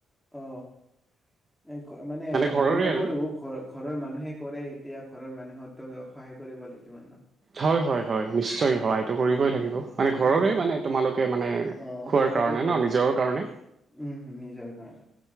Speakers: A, in the centre; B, on the right (about 40°).
A: অ এ মানে
B: ঘৰৰে
A: মই নকৰো
B: আৰু
A: ঘ ঘৰৰ মানুহে কৰে এতিয়া ঘৰৰ মানুহতক সহায় কৰিব লাগিব মান
B: হয় হয় হয় নিশ্চয় হয় ই লাগিব মানে ঘৰৰে
A: উম
B: মানে তোমালোকে মানে
A: অ
B: খোৱাৰ
A: ঘৰতে
B: কাৰণে
A: কৰে
B: ন নিজৰ কাৰণে
A: উম হম নিজৰ কাৰণে